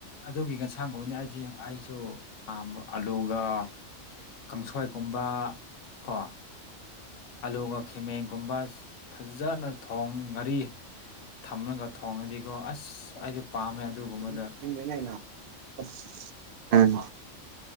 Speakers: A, on the left (about 70°); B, on the right (about 65°).
A: ꯑꯗꯨꯒꯤ ꯉꯁꯥꯡꯒꯨꯝꯕꯅꯦ ꯑꯖꯤ ꯑꯩꯁꯨ ꯑꯥ ꯑꯂꯨꯒ ꯀꯥꯡꯁꯣꯏꯒꯨꯝꯕ ꯀꯣ ꯑꯂꯨꯒ ꯈꯃꯦꯟꯒꯨꯝꯕ ꯐꯖꯅ ꯊꯣꯡꯉꯒ ꯉꯥꯔꯤ ꯊꯥꯛꯑꯒ ꯊꯣꯡꯉꯗꯤꯀꯣ ꯑꯁ ꯑꯩꯗꯣ ꯄꯥꯝꯃꯦ ꯑꯗꯨꯒꯨꯝꯕꯗ
B: ꯍꯧꯖꯤꯛ ꯅꯪ <unintelligible> <unintelligible> ꯑꯪ